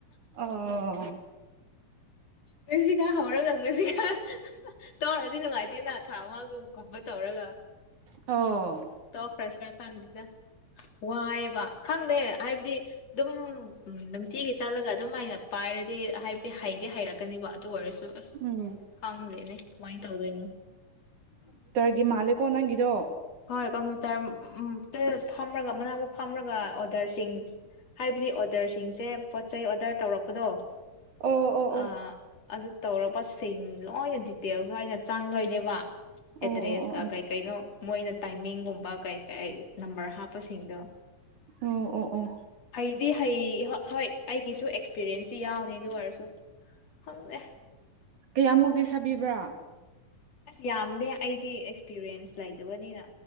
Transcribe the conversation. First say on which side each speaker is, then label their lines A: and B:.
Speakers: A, on the right; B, on the left.
A: ꯑꯣ ꯑꯣ
B: ꯉꯁꯤꯀꯥ ꯍꯧꯔꯒ ꯉꯁꯤꯀꯥ ꯇꯧꯔꯗꯤ ꯅꯨꯡꯉꯥꯏꯇꯦꯅ ꯊꯥ ꯑꯃꯒꯒꯨꯝꯕ ꯇꯧꯔꯒ
A: ꯑꯣ
B: ꯇꯣꯛꯈꯔ꯭ ꯁꯤꯔ ꯈꯟꯗꯦꯗ ꯋꯥꯏꯕ ꯈꯪꯗꯦ ꯍꯥꯏꯕꯗꯤ ꯗꯨꯝ ꯎꯝ ꯅꯨꯡꯇꯤꯒꯤ ꯆꯠꯂꯒ ꯑꯗꯨꯃꯥꯏꯅ ꯄꯥꯏꯔꯗꯤ ꯍꯥꯏꯗꯤ ꯍꯩꯗꯤ ꯍꯥꯏꯔꯛ ꯀꯅꯤꯕ ꯑꯗꯨ ꯑꯣꯏꯔꯁꯨ ꯑꯁ
A: ꯎꯝ
B: ꯈꯪꯗꯦꯅꯦ ꯀꯃꯥꯏꯟ ꯇꯧꯗꯣꯏꯅꯣ
A: ꯒꯤ ꯃꯥꯜꯂꯦꯀꯣ ꯅꯪꯒꯤꯗꯣ
B: ꯍꯣꯏ ꯀꯝꯄ꯭ꯌꯨꯇꯔ ꯇ ꯐꯝꯔꯒ ꯃꯅꯥꯛꯇ ꯐꯝꯔꯒ ꯑꯣꯗꯔꯁꯤꯡ ꯍꯥꯏꯕꯗꯤ ꯑꯣꯗꯔꯁꯤꯡꯁꯦ ꯄꯣꯠꯆꯩ ꯑꯣꯔꯗꯔ ꯇꯧꯔꯛꯄꯗꯣ
A: ꯑꯣ ꯑꯣ ꯑꯣ
B: ꯑ ꯑꯗꯨ ꯇꯧꯔꯕꯁ ꯁꯤꯡ ꯂꯣꯏꯅ ꯗꯤꯇꯦꯜꯁ ꯂꯣꯏꯅ ꯆꯪꯗꯣꯏꯅꯦꯕ
A: ꯑꯣ
B: ꯑꯦꯗ꯭ꯔꯦꯁꯀ
A: ꯑꯣ ꯑꯣ ꯑꯣ
B: ꯀꯩ ꯀꯩꯅꯣ ꯃꯣꯏꯅ ꯇꯥꯏꯃꯤꯡꯒꯨꯝꯕ ꯀꯩ ꯀꯩ ꯅꯝꯕꯔ ꯍꯥꯞꯄꯁꯤꯡꯗꯣ
A: ꯎꯝ ꯑꯣ ꯑꯣ
B: ꯍꯩꯗꯤ ꯍꯩ ꯍ ꯍꯣꯏꯠ ꯑꯩꯒꯤꯁꯨ ꯑꯦꯛꯁꯄꯤꯔꯦꯟꯁꯇꯤ ꯌꯥꯎꯅꯤ ꯑꯗꯨ ꯑꯣꯏꯔꯁꯨ ꯈꯪꯗꯦ
A: ꯀꯌꯥꯃꯨꯛꯗꯤ ꯁꯥꯕꯤꯕ꯭ꯔꯥ
B: ꯑꯁ ꯌꯥꯝꯗꯦ ꯑꯩꯗꯤ ꯑꯦꯛꯁꯄꯤꯔꯤꯌꯦꯟꯁ ꯂꯩꯇꯕꯅꯤꯅ